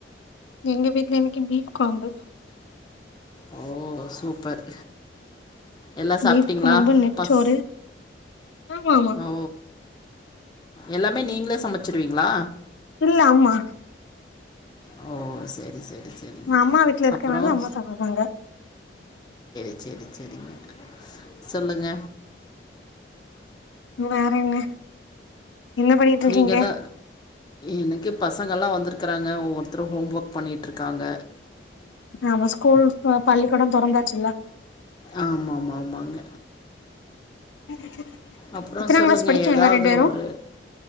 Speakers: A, on the left; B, on the left.
A: எங்க வீட்டுல இன்னைக்கு மீன்குழம்பு
B: ஓ சூப்பர் எல்லாம்
A: பீப்
B: சாப்பிட்டீங்களா
A: கொழம்பு நெற்றோறு
B: பஸ்
A: ஆமா ஆமா
B: ஓ எல்லாமே நீங்களே சமைச்சிருவீங்களா
A: இல்ல அம்மா
B: ஓ சரி சரி சரிங்க
A: அம்மா வீட்டுல இருக்கனால
B: அப்புறம்
A: அம்மா சமைப்பாங்க
B: சரி சரிங்க சொல்லுங்க
A: வேற என்ன என்ன பண்ணிட்டு இருக்கீங்க
B: நீங்க தா எனக்கு பசங்கல்லா வந்திருக்கறாங் அ ஒவ்வொருத்தரு ஹோம் ஒர்க் பண்ணிட்ருக்காங்க
A: ஆமா ஸ்கூல் பள்ளிக்கூடம் தொறந்தாச்சுல்ல
B: ஆமாமாமாங்க
A: <inaudible>
B: அப்றோ
A: எத்தனா
B: சொல்லுங்க
A: கிளாஸ் படிக்காங்க
B: ஏதாவது
A: ரெண்டு பேரு
B: ஒரு